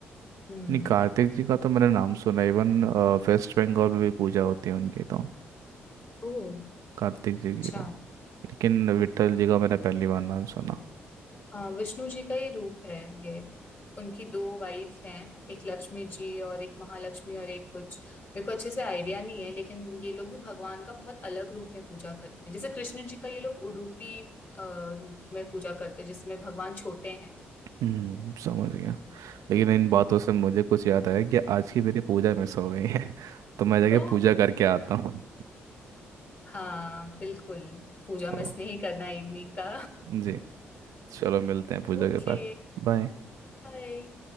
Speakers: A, on the left (about 35°); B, on the right (about 65°).
A: हम्म
B: नहीं कार्तिक जी का तो मैंने नाम सुना इवन वेस्ट बंगाल में भी पूजा होती है उनकी तो
A: ओह
B: कार्तिक
A: अच्छा
B: जी की तो लेकिन विट्ठल जी का मैंने पहली बार नाम सुना
A: हाँ विष्णु जी का ही रूप है ये उनकी दो वाइफ हैं एक लक्ष्मी जी और एक महालक्ष्मी और एक कुछ मेरे को अच्छे से आइडिया नहीं है लेकिन ये लोग भी भगवान का बहुत अलग रूप में पूजा करते हैं जैसे कृष्ण जी का ये लोग उडुपी अ, रूप में पूजा करते हैं जिसमें भगवान छोटे हैं
B: हम्म समझ गया लेकिन इन बातों से मुझे कुछ याद आया कि आज की मेरी पूजा मिस हो गई है <laughs> तो मैं जाके
A: ओ
B: पूजा करके आता हूँ
A: हाँ बिल्कुल पूजा
B: तो
A: मिस नहीं करना इवनिंग का
B: जी चलो मिलते
A: <laughs>
B: हैं पूजा
A: ओके
B: के बाद बाय
A: Bye.